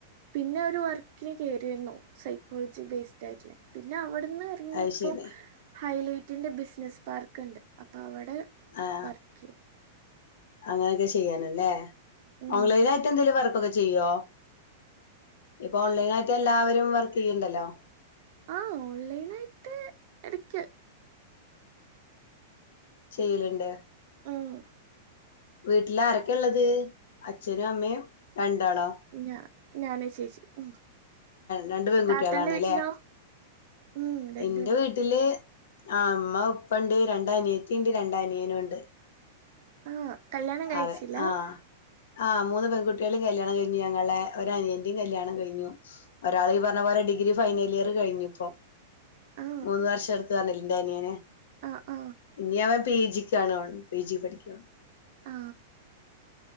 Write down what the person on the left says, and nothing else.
അത് ശരി
ആഹ്
അങ്ങനൊക്കെ ചെയ്യാണ്‌ലെ
ഓൺലൈനായിട്ട് എന്തേലും വർക്കൊക്കെ ചെയ്യോ ഇപ്പൊ ഓൺലൈനായിട്ട് എല്ലാവരും വർക്ക് ചെയ്ണ്ടല്ലോ
ചെയ്യലിണ്ട്
വീട്ടിൽ ആരൊക്കെള്ളത് അച്ഛനും അമ്മയും രണ്ടാളോ
രണ്ട് പെൺകുട്ടികളാണ്ല്ലേ
എന്റെ വീട്ട വീട്ടില് ആ അമ്മ ഉപ്പണ്ട് രണ്ടനിയത്തിണ്ട് രണ്ടനിയനും ഉണ്ട്
അതെ ആഹ് - ആഹ് മൂന്ന് പെൺകുട്ട്യോളെ കല്യാണം കഴിഞ്ഞു ഞങ്ങളെ ഒരു അനിയന്റെയും കല്യാണം കഴിഞ്ഞു ഒരാൾ ഈ പറഞ്ഞ പോലെ ഡിഗ്രി ഫൈനലിയർ കഴിഞ്ഞിപ്പോ
മൂന്ന് വർഷം എടുത്തുന്ന് പറഞ്ഞില്ലെ എന്റെനിയന്
ഇനിയവൻ പി ജി ക്കാണ് പി ജി പഠിക്ക